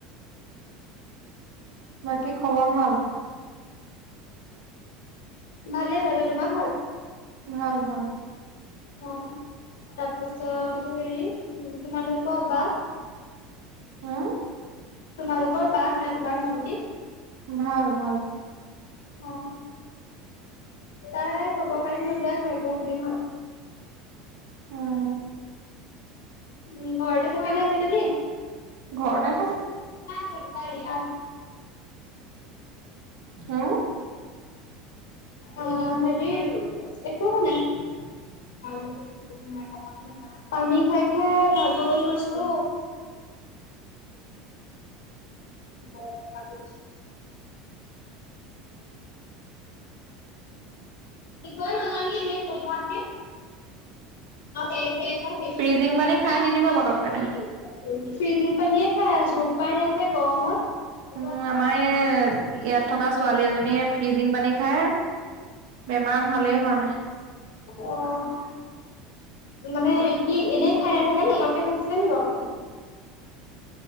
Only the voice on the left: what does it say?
ভালে ভালে, তোমাৰ ভাল?
অ', তাৰপাছত হেৰি, তোমালোকৰ বা?
তোমালোকৰ বা নাই, তোমাৰ ভণ্টি?
অ'। তাই খবৰ খাতি নোলোৱাই হ'ল বহুত দিন হ'ল।
উম, ঘৰতে থাকে নে আজিকালি?
য়া পা <unintelligible>
অ', হেৰি, একো হোৱা নাই আৰু <unintelligible> পানী খাই খাই ভাগৰি গৈছো ঔ। <unintelligible> সিকয় নাজানি কৈ থকাতকে সেই সেই <unintelligible>
<unintelligible> ফ্ৰিজিং পানীয়ে খাই আছো, উপায় নাই যে গৰমত। অ',
অ', মানে কি এনেই খাই নাথাকে পতকে খাইছিলে বাৰু?